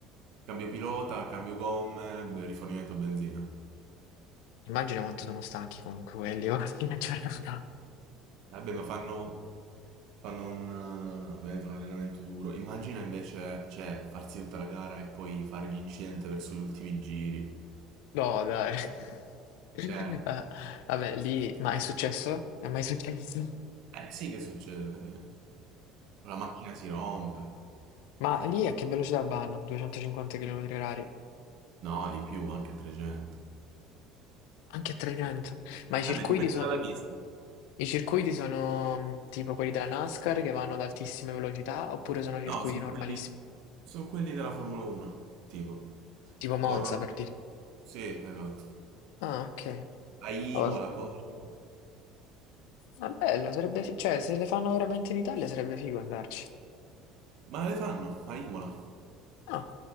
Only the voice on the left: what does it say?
Immagina quanto sono stanchi comunque quelli, <laughs> ora a fine giornata.
No, dai. <laughs>
Ah, vabbè, lì, ma è successo? È mai successo?
Ma lì a che velocità vanno? 250 km orari?
Anche a Agrigento. Ma i circuiti
sono,
i circuiti sono mh, tipo quelli della NASCAR che vanno ad altissime velocità oppure sono circuiti
normalissimi?
Tipo Monza
per dire.
Ah, ok.
Oh,
ma bello, sarebbe fi- cioè se le fanno veramente in Italia sarebbe figo andarci.
Ah,